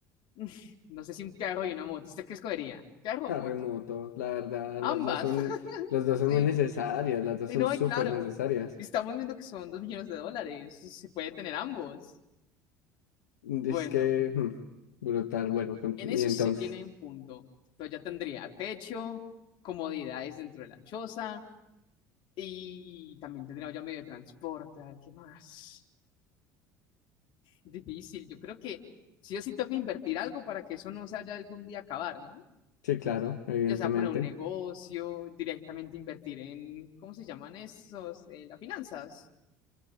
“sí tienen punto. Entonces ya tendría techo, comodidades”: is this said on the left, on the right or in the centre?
Left